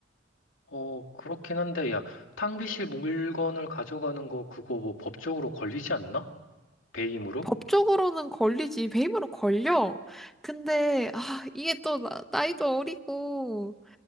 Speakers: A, on the left (about 80°); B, in the centre.
A: 어, 그렇긴 한데, 야, 탕비실 물건을 가져가는 거 그거 뭐 법적으로 걸리지 않나? 배임으로?
B: 법적으로는 걸리지, 배임으로 걸려. 근데 아 이게 또 나, 나이도 어리고